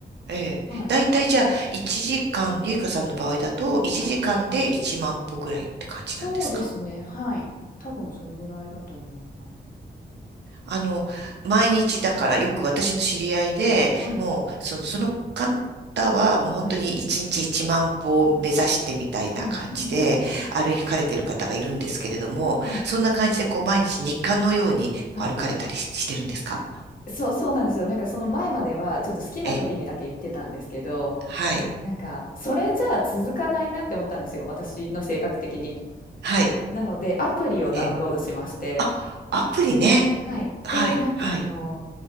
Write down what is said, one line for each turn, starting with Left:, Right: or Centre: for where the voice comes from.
Right: ええ。
Left: はい、
Right: だいたいじゃあ、1時間、ゆいかさんの場合だと、1時間で1万歩ぐらいって感じなんですか
Left: はい、そうですね、はい、多分それぐらいだと思います。
Right: あの、毎日だから、よく私の知り合いで、
Left: はい、
Right: もう、その、その方は、もう本当に1日1万歩を目指してみたいな感じで、
Left: はい、はい、うんうんうん、
Right: 歩かれてる方がいるんですけれども、
Left: はい、
Right: そんな感じで、こう、毎日日課のように歩かれたりししてるんですか
Left: はい。そう、そうなんですよ。なんかその前まではちょっと好きな時にだけ行ってたんですけど、
Right: ええ。はい。
Left: なんかそれじゃあ続かないなって思ったんですよ、私の性格的に。
Right: はい。
Left: なのでアプリをダウンロードしまして、
Right: ええあ、アプリね。
Left: はい。
Right: はい、
Left: で、なんかあの、
Right: はい。